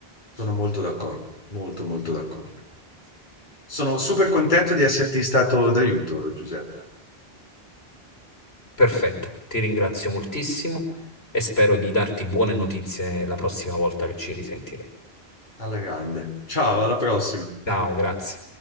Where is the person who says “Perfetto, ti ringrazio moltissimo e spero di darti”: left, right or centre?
Left